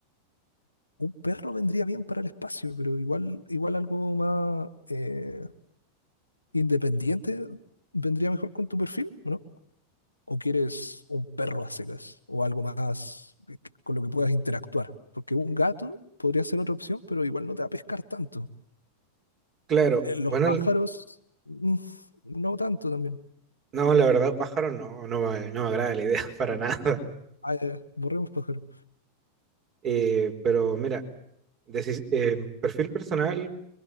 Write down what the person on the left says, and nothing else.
un perro vendría bien para el espacio, pero igual, igual algo más eh, independiente vendría mejor con tu perfil, ¿o ¿no? ¿O quieres un perro a secas o algo más que- que- con lo que puedas interactuar? Porque un gato podría ser otra opción, pero igual no te va a pescar tanto.
Eh, los
pájaros,
mm, no tanto también.
Ah, ya, ya, borremos pájaros.